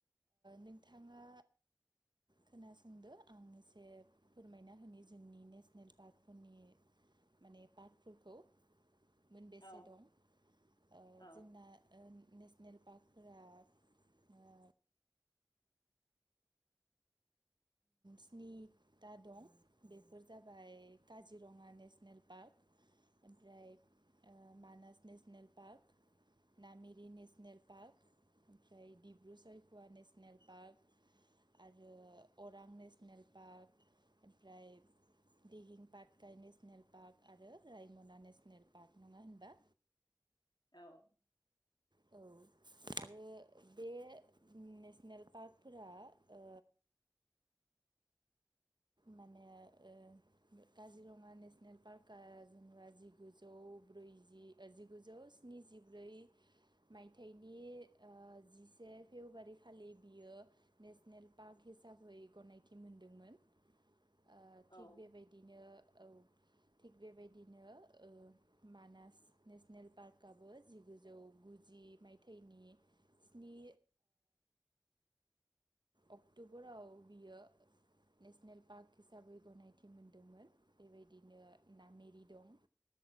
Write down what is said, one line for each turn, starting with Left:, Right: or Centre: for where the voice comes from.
Right: नोंथाङा खोनासंदो आं एसे फोरमायना होनि जोंनि नेसनेल पार्कफोरनि माने पार्कफोरखौ मोनबेसे
Left: औ
Right: दं ओ
Left: औ
Right: जोंना ओ नेसनेल पार्कफोरा ओ स्निथा दं बेफोर जाबाय काजिरङा नेसनेल पार्क ओमफ्राय Manas national park Nameri national park ओमफ्राय डिब्रु चैक'वा नेसनेल पार्क आरो अरां नेसनेल पार्क ओमफ्राय दिहिं पाटकाय नेसनेल पार्क आरो रायमना नेसनेल पार्क नङा होनबा
Left: औ
Right: औ आरो बे नेसनेल पार्कफोरा ओ माने ओ काजिरङा नेसनेल पार्कआ जेनबा जिगुजौ ब्रैजि ओ जिगुजौ स्निजिब्रै मायथाइनि ओ जिसे फेब्रुवारि खालि बियो नेसनेल पार्क हिसाबै गनायथि मोनदोंमोन। ओ
Left: औ
Right: थिग बेबायदिनो औ थिग बेबायदिनो ओ मानास नेसनेल पार्कआबो जिगुजौ गुजि मायथाइनि स्नि अक्टबराव बियो नेसनेल पार्क हिसाबै गनायथि मोनदोंमोन बेबायदिनो नामेरि दं